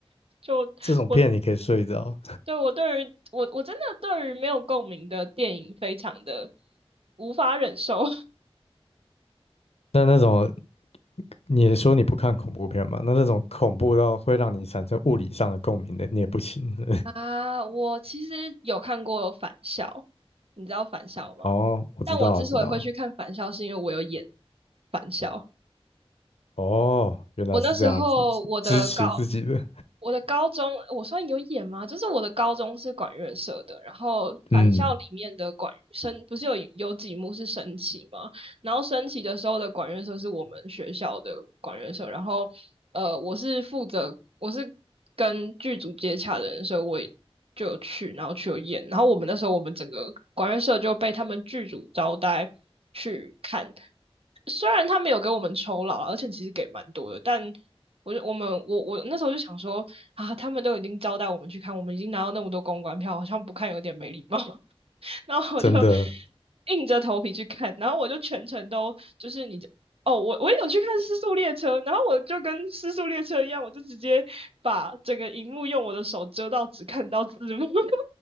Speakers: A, on the right; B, on the left.
A: 就我
B: 这种片你可以睡着。
A: 对我对于我我真的对于没有共鸣的电影非常的无法忍受。
B: 那那种你也说你不看恐怖片嘛？那那种恐怖到会让你产生物理上的共鸣的，你也不行。<laughs>
A: 啊，我其实有看过《返校》，你知道《返校》吗？
B: 哦，我知道，
A: 但我之所以会去看《返校》，
B: 我知道。
A: 是因为我有演《返校》。
B: 哦，原来是这样子，
A: 我那时候我的高
B: 支支持自己的，
A: 我的高中，我算有演吗？就是我的高中是管乐社的，然后《返校》里面的管升不是有有几幕是升旗吗？
B: 嗯，
A: 然后升旗的时候的管乐社是我们学校的管乐社，然后呃，我是负责我是跟剧组接洽的人，所以我也就有去，然后去有演，然后我们那时候我们整个管乐社就被他们剧组招待去看，虽然他们有给我们酬劳啊而且其实给蛮多的，但。我就我们我我那时候就想说啊，他们都已经招待我们去看，我们已经拿到那么多公关票，好像不看有点没礼貌。然后我就
B: 真的。
A: <laughs> 硬着头皮去看，然后我就全程都就是你哦，我我也有去看《失速列车》，然后我就跟《失速列车》一样，我就直接把整个荧幕用我的手遮到，只看到字幕，<laughs> 所以